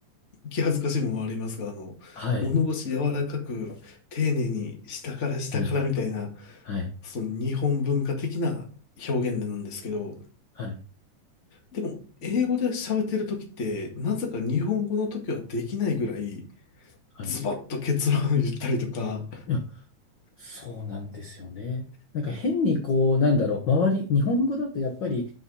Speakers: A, on the left; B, on the left.
A: 気恥ずかしいものはありますが、あの、
B: はい。
A: 物腰柔らかく、丁寧に下から下からみたいな、
B: うん。はい。
A: その日本文化的な表現なんですけど、
B: はい。
A: でも、英語で喋ってる時って、なぜか日本語の時はできないぐらい、
B: はい。
A: ズバッと結論を言ったりとか、
B: いや、そうなんですよね。なんか変にこう、なんだろう、周り、日本語だとやっぱり